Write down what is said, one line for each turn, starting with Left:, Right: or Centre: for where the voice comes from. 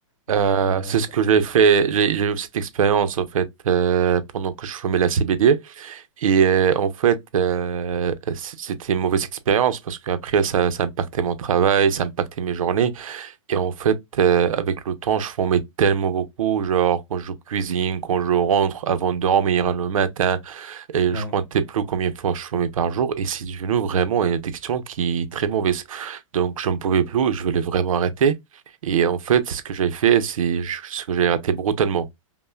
Left: Donc,
Right: Euh,
Left: euh,
Right: c'est ce que j'ai
Left: ouais,
Right: fait. J'ai j'ai eu cette expérience, en fait, euh, pendant que je fumais la CBD. Et euh, en fait, euh, c- c'était une mauvaise expérience parce qu'après, ça, ça impactait mon travail, ça impactait mes journées. Et en fait, euh, avec le temps, je fumais tellement beaucoup, genre quand je cuisine, quand je rentre avant de dormir le matin. Et
Left: ouais,
Right: je comptais plus combien de fois je fumais par jour et c'est devenu vraiment une addiction qui est très mauvaise. Donc je ne pouvais plus, je voulais vraiment arrêter. Et en fait, ce que j'ai fait, c'est je- ce que j'ai arrêté brutalement.